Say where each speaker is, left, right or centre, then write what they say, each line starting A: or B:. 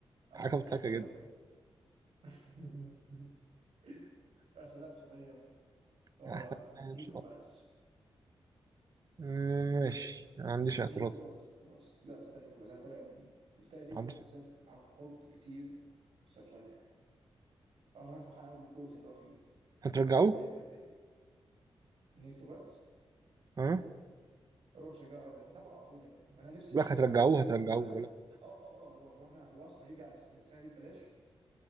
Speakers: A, on the right; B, on the right.
A: احسن
B: حاجة
A: لاعب
B: مضحكة
A: صغير
B: جدا
A: <laughs> <applause> احسن لاعب صغير
B: <laughs>
A: هو
B: أحسن لاعب
A: نيكو
B: شباب.
A: باس
B: مم، ماشي ما عنديش اعتراض
A: نيكو
B: خالص
A: باس نيكو باس لا صدق نيكو باس انا بتابع بتابع نيكو
B: ما عنديش
A: باس بالذات عن قرب كتير بسبب صغير يعني. اه وانا فرحان قوي بالكوس اللي هو فيه
B: هترجعوه
A: اتمنى يرجع تاني نيكو باز
B: ها أه؟
A: هو بشجعه أبداً، بتابعه على طول يا ابني انا نفسي
B: بقول
A: نفسي
B: لك هترجعوه
A: ارجعه بجد
B: هترجعوه
A: اعتقد اه
B: ولا
A: اه اه هو هو احنا هو اصلا هيرجع السنه السنة دي ببلاش